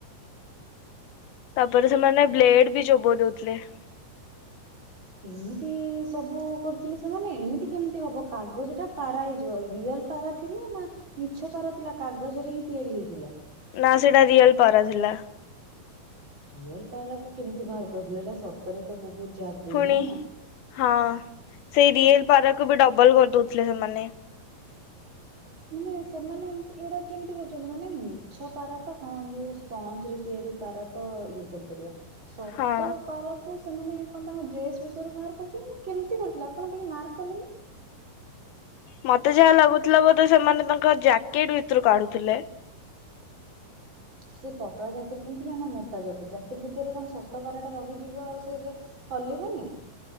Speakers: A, on the left; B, on the right.
A: <inaudible> ତାପରେ ସେମାନେ ବ୍ଲେଡ ବି ଚୋ ବୋ ଦଉଥିଲେ। <inaudible>
B: କେମିତି ସବୁ କରୁଥିଲେ ସେମାନେ ଏମିତି କେମିତି ହବ କାଗଜ ଟା ପାରା ହେଇଯିବ। ରିଅଲ ପାରା ଥିଲା ନା ମିଛ ପାରା ଥିଲା। କାଗଜରେ ହିଁ ତିଆରି ହେଇଥିଲା।
A: ନା ସେଇଟା ରିଅଲ ପାରାଥିଲା।
B: ରିଅଲ ପାରା କୁ କେମିତି ବାହାର କରିଦେଲେ। ଏଇଟା ସତରେ ତ ବହୁତ ଯାଦୁ
A: ପୁଣି
B: ନା।
A: ହଁ ସେଇ ରିଏଲ ପାରକୁ ବି ଡବଲ କରି ଦଉଥିଲେ ସେମାନେ।
B: ମାନେ ସେମାନେ ଏମତି ଏଇଗୁଟା କେମିତି କରୁଛନ୍ତି। ମାନେ ମିଛ ପାରା ତ ହଁ ଯୋଉ ସ୍ପଞ୍ଜ ରେ ତିଆରି ପାରା ତ ଇଏ। କରିପାରିବା। ସତ
A: ହଁ
B: ପାରାକୁ ସେମାନେ କଣ ତାଙ୍କ ଡ୍ରେସ ଭିତରୁ ବାହାର କରୁଥିଲେ। ନା କେମତି କରୁଥିଲେ ଆପଣ ଟିକେ ମାର୍କ କଲେନି। <inaudible>
A: ମତେ ଯାହା ଲାଗୁଥିଲା ବୋଧେ ସେମାନେ ତାଙ୍କ ଜ୍ୟାକେଟ ଭିତରୁ କାଢୁଥିଲେ।
B: ସେ ପତଳା ଜ୍ୟାକେଟ ପିନ୍ଧିଥିଲା ନା ମୋଟା ଜ୍ୟାକେଟ ଜ୍ୟାକେଟ ଭିତରେ କଣ ସତ ପାରା ଟା ରହିଯିବ। ଆଉ ସେଟା ହଲିବନି।